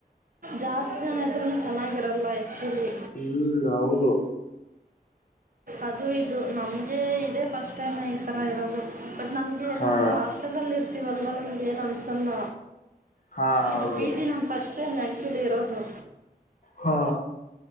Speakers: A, on the right (about 60°); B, on the left (about 55°).
A: ಜಾಸ್ತಿ ಜನ ಇದ್ರು ಚೆನ್ನಾಗಿರಲ್ಲ ಆ್ಯಕ್ಚುಲಿ
B: ಹ್ಮ್ ಹೌದು
A: ಅದು ಇದು ನಮಗೆ ಇದದೆ ಫಸ್ಟ್ ಟೈಮ್ ಈಥರ ಇರೋದು ಬಟ್ ನಮಗೆ ಏನಂದ್ರೆ
B: ಹಾ
A: ಹಾಸ್ಟೆಲಲ್ಲಿರ್ ಹರ್ತೀವಲ್ವ ನಿಮ್ಗ ಏನು ಅನಿಸಲ್ಲ
B: ಹಾ
A: ಇದು
B: ಹೌದು
A: ಪಿ ಜಿ ನಮ್ಮ ಫಸ್ಟ್ ಟೈಮ್ ಆಕ್ಚುಲಿ ಇರೋದು
B: ಹಾ